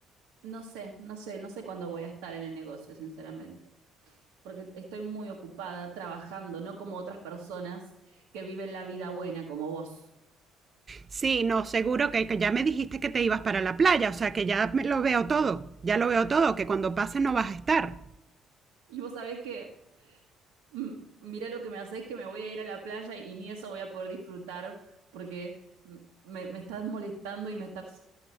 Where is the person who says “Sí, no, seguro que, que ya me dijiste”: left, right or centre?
Right